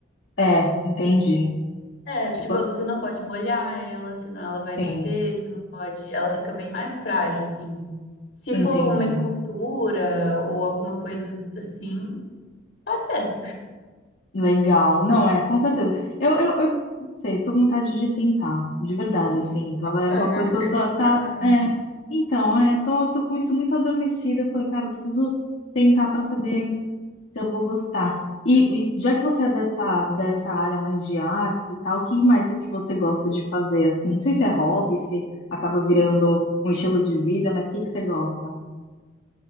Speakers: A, on the left (about 75°); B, on the left (about 60°).
A: É, entendi.
B: É,
A: Tipo,
B: tipo, você não pode molhar ela, senão ela vai
A: sim,
B: derreter, você não pode, ela fica bem mais frágil, assim. Se
A: entendi.
B: for uma escultura ou alguma coisa assim, pode ser.
A: Legal. Não, é, com certeza. Eu, eu, eu não sei, tô com vontade de tentar, de verdade, assim. Tava,
B: Bacana,
A: era uma coisa que eu
B: é
A: tá,
B: bem
A: tá-
B: bacana.
A: é. Então, é, tô, tô com isso muito adormecida. Eu falei, cara, eu preciso tentar pra saber se eu vou gostar. E, e já que você é dessa, dessa área mais de artes e tal, o que mais é que você gosta de fazer, assim? Não sei se é hobby, se acaba virando um estilo de vida, mas o que que você gosta?